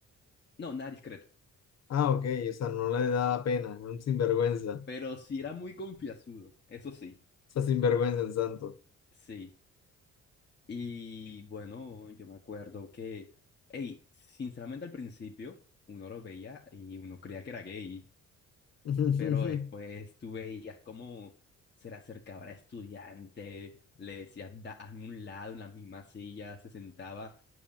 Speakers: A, on the left; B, on the left.
A: No, nada discreto,
B: Ah, ok, o sea, no le daba pena, era un sinvergüenza. O
A: pero sí era muy confianzudo, eso sí.
B: sea, sinvergüenza en santo.
A: Sí, Y bueno, yo me acuerdo que, hey, sinceramente al principio uno lo veía y uno creía que era gay,
B: <laughs>
A: pero después tú veías cómo se le acercaba a estudiante, le decías, "Da- hazme un lado en la misma silla, se sentaba,